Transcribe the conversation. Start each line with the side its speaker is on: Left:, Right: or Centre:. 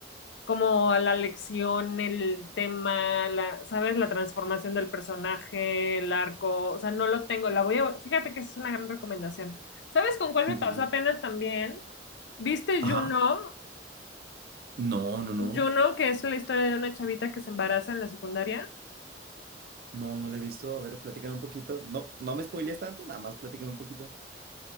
Left: como la lección, el tema, la, ¿sabes? La transformación del personaje, el arco, o sea, no lo tengo, la voy a, fíjate que esa es una gran recomendación. ¿Sabes con cuál
Right: Sí,
Left: me pasó
Right: sí, sí.
Left: apenas también? ¿Viste
Right: Ajá,
Left: Juno?
Right: No, no, no.
Left: Juno, que es la historia de una chavita que se embaraza en la secundaria.
Right: No, no la he visto. A ver, platícame un poquito. No, no me spoilees tanto, nada más platícame un poquito.